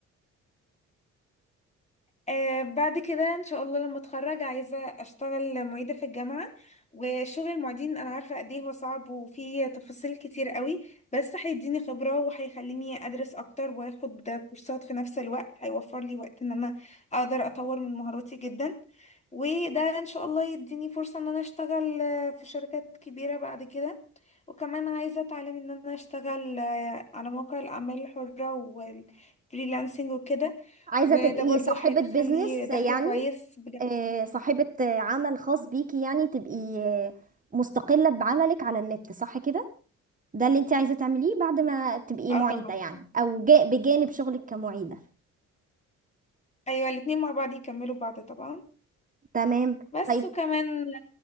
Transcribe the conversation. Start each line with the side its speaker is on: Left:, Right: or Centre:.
Left: آه بعد كده ان شاء الله لما اتخرج عايزه اشتغل معيده في الجامعه وشغل المعيدين انا عارفه قد ايه هو صعب وفيه تفاصيل كتير قوي بس هيديني خبره وهيخليني ادرس اكتر واخد كورسات في نفس الوقت هيوفر لي وقت ان انا اقدر اطور من مهاراتي جدا وده ان شاء الله يديني فرصه ان انا اشتغل آه، في شركات كبيره بعد كده وكمان عايزه اتعلم ان انا اشتغل آه، على مواقع الاعمال الحره والفريلانسنج وكده
Right: عايزة
Left: وده
Right: تبقي
Left: برضو
Right: صاحبة
Left: هيدخل
Right: بيزنس
Left: لي دخل
Right: يعني
Left: كويس بجد
Right: آه، صاحبة آه، عمل خاص بيكي يعني تبقي آه، مستقلة بعملك على النت صح كده؟ ده اللي انت عايزة تعمليه بعد ما تبقي
Left: اه
Right: معيدة
Left: طبعا
Right: يعني او جا- بجانب شغلك كمعيدة
Left: ايوه الاتنين مع بعض يكملوا بعض طبعا
Right: تمام
Left: بس
Right: طيب
Left: وكمان